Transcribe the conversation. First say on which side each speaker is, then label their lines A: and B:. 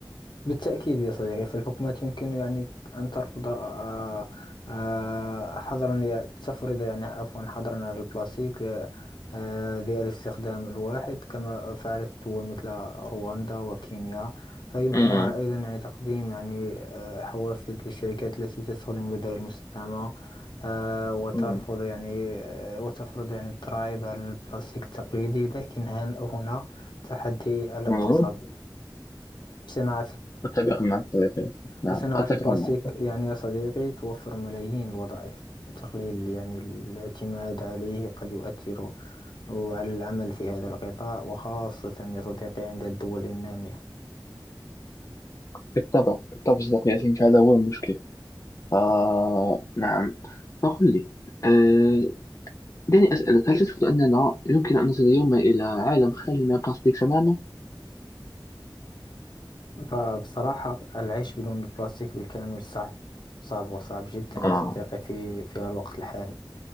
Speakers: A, on the left (about 65°); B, on the left (about 40°).
A: بالتأكيد يا صديقي فالحكومات يمكن يعني أن ترفض آه، آه، آه، حظرا يا- تفرض يعني عفوا حظرا على البلاستيك آه، آه، ذي الاستخدام الواحد كما فعلت دول مثل رواندا وكينيا فيمكنها
B: مم،
A: أيضا يعني تقديم يعني آه، حوافز للشركات التي تستخدم بدائل مستدامة آه، وترفض
B: مم،
A: يعني آه، وتفرض يعني الضرائب على البلاستيك التقليدي لكن هن- هنا تحدي الاقتصاد
B: مم.
A: صناعة
B: أتفق معك صديقي ياسين نعم
A: فصناعة
B: أتفق
A: البلاستيك
B: معك
A: يعني يا صديقي توفر ملايين الوظائف تقليل يعني الاعتماد عليه قد يؤثر على العمل في هذا القطاع وخاصة يا صديقي عند الدول النامية
B: بالطبع بالطبع صديقي ياسين، فهذا هو المشكل آه نعم فقل لي آه دعني أسألك هل تثبت أننا يمكن أن نصل يوما إلى عالم خالي من البلاستيك تماما؟
A: فبصراحة العيش بدون البلاستيك بالكامل صعب صعب وصعب جدا يا
B: آه
A: صديقي في في الوقت الحالي